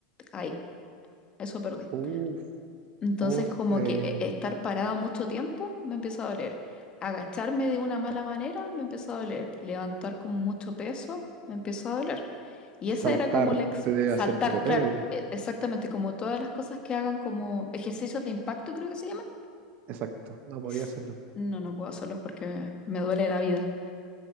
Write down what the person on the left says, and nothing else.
ahí. Eso perdí.
Entonces,
como
que e- estar parada mucho tiempo me empieza a doler. Agacharme de una mala manera me empieza a doler. Levantar con mucho peso me empieza a doler. Y
esa era como la ex-
saltar,
claro,
e- exactamente como todas las cosas que hagan como ejercicios de impacto, creo que se llama.
Es-
No, no puedo hacerlos porque me duele la vida.